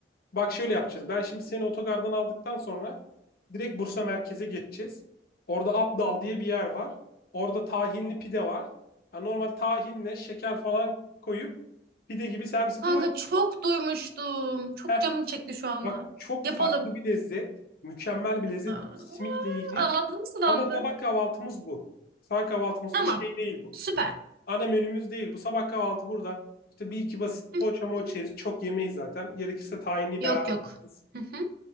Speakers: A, on the left (about 55°); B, on the right (about 55°).
A: Bak şöyle yapacağız. Ben şimdi seni otogardan aldıktan sonra direkt Bursa merkeze geçeceğiz. Orada Abdal diye bir yer var. Orada tahinli pide var. Ha, normal tahinle şeker falan koyup pide gibi servis ediyorlar.
B: Kanka çok duymuştum. Çok
A: Heh,
B: canım çekti şu anda.
A: bak çok
B: Yapalım.
A: farklı bir lezzet. Mükemmel bir lezzet.
B: Ha,
A: Simitle yiyeceğiz.
B: ağzım sulandı.
A: Ama sabah kahvaltımız bu. Sabah kahvaltımız
B: Tamam.
A: bu şey değil bu.
B: Süper.
A: ana menümüz değil. Bu sabah kahvaltı burada. İşte bir iki basit
B: <laughs> Hı
A: poğaça moğaça
B: hı.
A: yeriz. Çok yemeyiz zaten. Gerekirse tahinli
B: Yok
A: beraber
B: yok.
A: yeriz.
B: Hı hı.